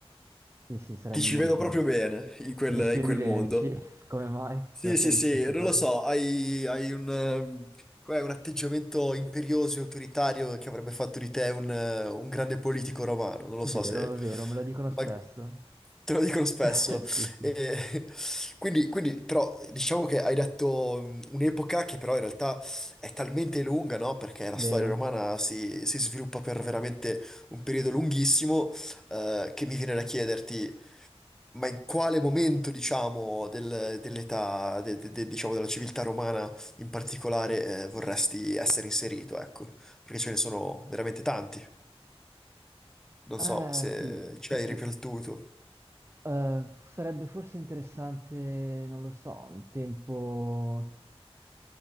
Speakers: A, on the right; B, in the centre.
A: sì, sì, sarebbe
B: Ti ci
A: molto...
B: vedo proprio bene in quel,
A: Dici vedi
B: in quel
A: bene,
B: mondo.
A: dici <laughs> come mai?
B: Sì,
A: Perché
B: sì,
A: dici
B: sì,
A: questa
B: non
A: cosa?
B: lo so, hai, hai un, ehm, com'è, un atteggiamento imperioso e autoritario che avrebbe fatto di te un, eh, un grande politico romano. Non lo
A: Vero,
B: so se...
A: vero, me lo dicono
B: Ma
A: spesso.
B: te lo dicono spesso.
A: <laughs> Sì, sì,
B: E- <laughs> quindi, quindi, però, diciamo che hai detto mm, un'epoca che però in realtà è talmente lunga, no? Perché la
A: vero.
B: storia romana si, si sviluppa per veramente un periodo lunghissimo, eh, che mi viene da chiederti... Ma in quale momento, diciamo, del- dell'età, de- de- de- diciamo, della civiltà romana in particolare, eh, vorresti essere inserito, ecco? Perché ce ne sono veramente tanti. Non
A: Eh,
B: so se
A: sì, sì,
B: ci hai
A: sì.
B: riflettuto.
A: Eh, sarebbe forse interessante, non lo so, un tempo,